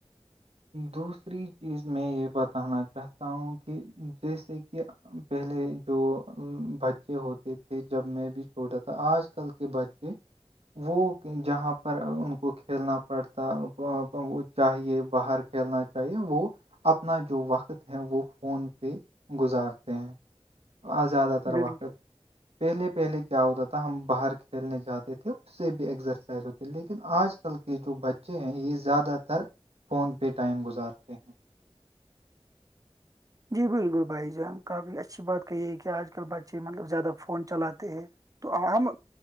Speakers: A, on the right; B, on the right.
A: دوسری چیز میں یہ بتانا چاہتا ہوں کہ جیسے کہ پہلے جو بچے ہوتے تھے جب میں بھی چھوٹا تھا آج کل کے بچے وہ جہاں پر ان کو کھیلنا پڑتا چاہیے باہر کھیلنا چاہیے وہ اپنا جو وقت ہے وہ فون پہ گزارتے ہیں زیادہ تر
B: بالکل
A: وقت پہلے پہلے کیا ہوتا تھا ہم باہر کھیلنے جاتے تھے سے بھی ایکسرسائز ہوتی لیکن آج کل کے جو بچے ہیں یہ زیادہ تر فون پہ ٹائم گزارتے ہیں
B: جی بالکل بھائی جان کافی اچھی بات کہیے ہے کہ آج کل بچے مطلب زیادہ فون چلاتے ہیں تو ہم